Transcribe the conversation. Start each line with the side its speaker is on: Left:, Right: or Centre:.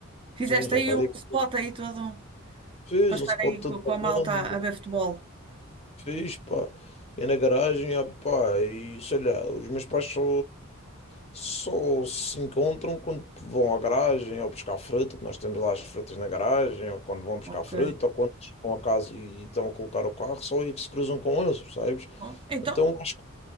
Right: Fizeste
Left: Sim, já
Right: aí
Left: está
Right: um
Left: diferente.
Right: spot aí todo
Left: Fiz
Right: para estar
Left: um spot
Right: aí
Left: todo
Right: co- com,
Left: bacana,
Right: a malta a ver futebol.
Left: Fiz, pá. Ia na garagem, ah, pá, e sei lá, os meus pais só, só se encontram quando vão à garagem ou buscar fruta, que nós temos lá as frutas na garagem, ou quando vão buscar
Right: Ok.
Left: fruta, ou quando chegam a casa e estão a colocar o carro, só aí que se cruzam com eles, percebes?
Right: Bom, então.
Left: Então acho que